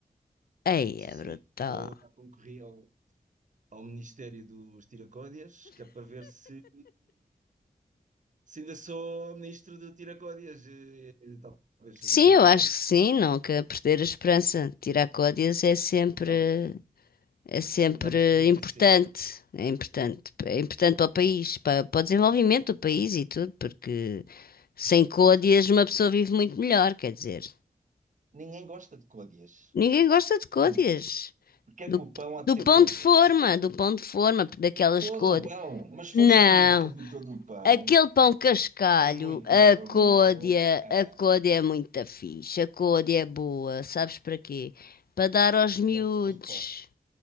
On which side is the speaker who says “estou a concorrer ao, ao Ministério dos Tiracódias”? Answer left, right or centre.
Right